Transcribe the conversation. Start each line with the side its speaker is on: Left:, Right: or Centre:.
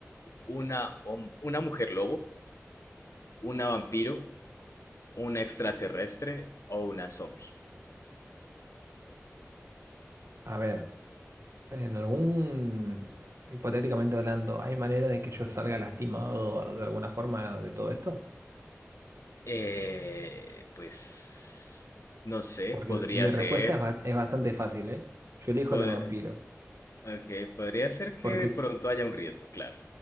Left: ¿Una, hom- una mujer lobo? ¿Una vampiro? ¿Una extraterrestre? ¿O una zombie?
Right: A ver, en algún, hipotéticamente hablando, ¿hay manera de que yo salga lastimado de alguna forma de todo esto?
Left: Eh, pues. No sé,
Right: Porque
Left: podría
Right: mi
Left: ser.
Right: respuesta es, ba- es bastante fácil, ¿eh? Yo elijo
Left: Pod-
Right: la vampiro,
Left: ok, podría ser que
Right: porque
Left: de pronto haya un riesgo, claro.